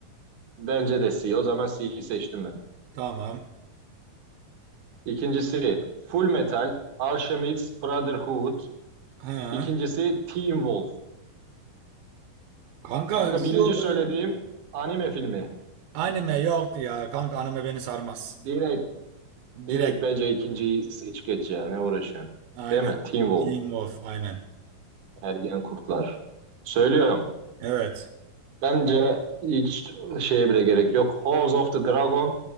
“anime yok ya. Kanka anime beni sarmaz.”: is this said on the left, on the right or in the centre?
Right